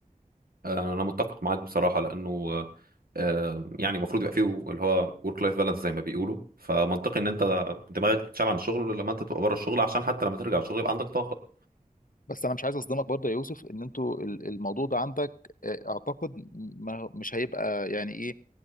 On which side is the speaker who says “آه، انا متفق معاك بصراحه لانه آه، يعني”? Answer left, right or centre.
Right